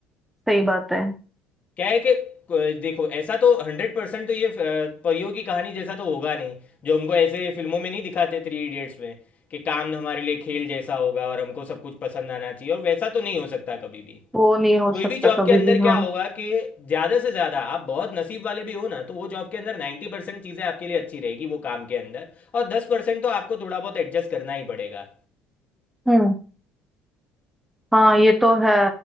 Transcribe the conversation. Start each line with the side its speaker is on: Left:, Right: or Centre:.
Centre: सही बात है
Left: क्या है कि क- देखो ऐसा तो हंड्रेड परसेंट तो ये अ, परियों की कहानी जैसा तो होगा नहीं जो हमको ऐसे फिल्मों में नहीं दिखाते थ्री इडियट्स में कि काम हमारे लिए खेल जैसा होगा और हमको सब कुछ पसंद आना चाहिए और वैसा तो नहीं हो सकता कभी भी
Centre: वो नहीं हो
Left: कोई
Centre: सकता
Left: भी जॉब
Centre: कभी
Left: के अंदर
Centre: भी हाँ
Left: क्या होगा कि ज़्यादा से ज़्यादा आप बहुत नसीब वाले भी हो ना तो वो जॉब के अंदर नाइन्टी परसेंट चीज़ें आपके लिए अच्छी रहेगी वो काम के अंदर और दस परसेंट तो आपको थोड़ा बहुत एडजस्ट करना ही पड़ेगा
Centre: हम्म हाँ ये तो है